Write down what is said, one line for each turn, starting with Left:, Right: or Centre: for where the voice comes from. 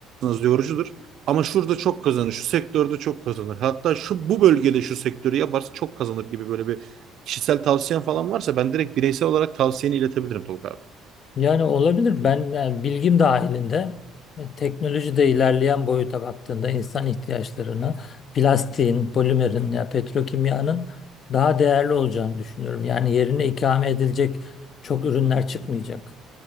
Right: yorucudur. Ama şurada çok kazanır, şu sektörde çok kazanır. Hatta şu bu bölgede şu sektörü yaparsa çok kazanır gibi böyle bir kişisel tavsiyen falan varsa ben direkt bireysel olarak tavsiyeni iletebilirim Tolga abi.
Left: yani olabilir. Ben yani bilgim dahilinde e, teknolojide ilerleyen boyuta baktığında insan ihtiyaçlarını plastiğin, polimerin ya petrokimyanın daha değerli olacağını düşünüyorum. Yani yerine ikame edilecek çok ürünler çıkmayacak.